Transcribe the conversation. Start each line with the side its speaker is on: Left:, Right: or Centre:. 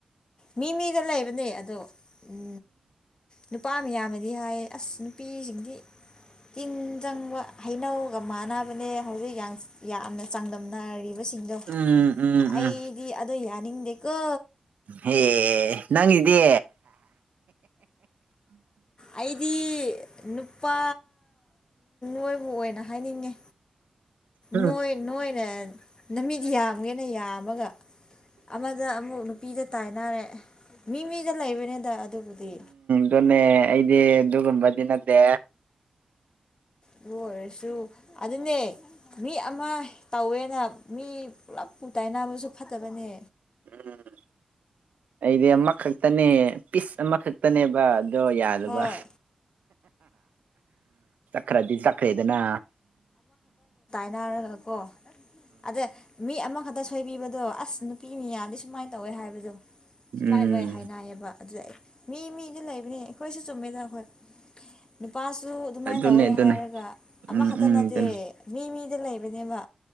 Left: ꯃꯤ ꯃꯤꯗ ꯂꯩꯕꯅꯦ ꯑꯗꯣ ꯎꯝ ꯅꯨꯄꯥ ꯃꯌꯥꯝꯅꯗꯤ ꯍꯥꯏꯌ‌ꯦ ꯑꯁ ꯅꯨꯄꯤꯁꯤꯡꯗꯤ ꯇꯤꯟ ꯆꯪꯕ ꯍꯩꯅꯧꯒ ꯃꯥꯟꯅꯕꯅꯦ ꯍꯧꯖꯤꯛ ꯌꯥꯝꯅ ꯆꯥꯡꯗꯝꯅꯔꯤ ꯁꯤꯡꯗꯣ
Right: ꯎꯝ ꯎꯝ
Left: ꯑꯩꯗꯤ ꯑꯗꯣ ꯌꯥꯅꯤꯡꯗꯦꯀꯣ
Right: ꯍ‌ꯦ ꯅꯪꯒꯤꯗꯤ
Left: ꯑꯩꯗꯤ ꯅꯨꯄꯥ ꯅꯣꯏꯕꯨ ꯑꯣꯏꯅ ꯍꯥꯏꯅꯤꯡꯉꯦ
Right: ꯎꯝ
Left: ꯅꫭꯏ ꯅꯣꯏꯅ ꯅꯨꯃꯤꯠ ꯌꯥꯝꯒꯦꯅ ꯌꯥꯝꯃꯒ ꯑꯃꯗ ꯑꯃꯨꯛ ꯅꯨꯄꯤꯗ ꯇꯥꯏꯅꯔꯦ ꯃꯤ ꯃꯤꯗ ꯂꯩꯕꯅꯤꯗ ꯑꯗꯨꯕꯨꯗꯤ
Right: ꯑꯗꯨꯅꯦ ꯑꯩꯗꯤ ꯑꯗꯨꯒꯨꯝꯕꯗꯤ ꯅꯠꯇꯦ
Left: ꯑꯗꯨ ꯑꯣꯏꯔꯁꯨ ꯑꯗꯨꯅꯦ ꯃꯤ ꯑꯃ ꯇꯧꯋꯦꯅ ꯃꯤ ꯄꯨꯂꯞ ꯄꯨ ꯇꯥꯏꯅꯕꯁꯨ ꯐꯠꯇꯕꯅꯦ
Right: ꯎꯝ ꯑꯩꯗꯤ ꯑꯃꯈꯛꯇꯅꯦ ꯄꯤꯁ ꯑꯃꯈꯛ ꯆꯠꯄꯅꯦꯕ ꯑꯗꯣ ꯌꯥꯗꯕ
Left: ꯍꯣꯏ
Right: ꯈꯔꯗꯤ ꯆꯥꯛꯈꯔ‌ꯦꯗꯅ
Left: ꯀꫭꯏꯅꯔꯒ ꯀꫭ ꯑꯗ ꯃꯤ ꯑꯃ ꯈꯛꯇ ꯁꯨ ꯊꯣꯏꯕꯤꯕꯗꯣ ꯑꯁ ꯅꯨꯄꯤ ꯃꯌꯥꯗꯤ ꯁꯨꯃꯥꯏꯅ ꯇꯧꯋꯦ ꯍꯥꯏꯕꯗꯣ
Right: ꯎꯝ
Left: ꯁꯨꯃꯥꯏꯅ ꯂꯣꯏ ꯍꯥꯏꯅꯌꯦꯕ ꯑꯗꯨꯗ ꯑꯩ ꯃꯤ ꯃꯤꯗꯤ ꯂꯩꯕꯅꯦ ꯑꯩꯈꯣꯏꯁꯨ ꯆꯨꯝꯃꯦꯗ ꯍꫭꯏ ꯅꯨꯄꯥꯁꯨ ꯑꯗꯨꯃꯥꯏꯅ
Right: ꯑꯗꯨꯅꯦ
Left: ꯇꯧꯋꯦ
Right: ꯑꯗꯨꯅꯦ
Left: ꯍꯥꯏꯔꯒ ꯑꯃꯈꯛꯇ
Right: ꯎꯝ ꯎꯝ
Left: ꯅꯠꯇꯦ
Right: ꯑꯗꯨꯅꯦ
Left: ꯃꯤ ꯃꯤꯗ ꯂꯩꯕꯅꯦꯕ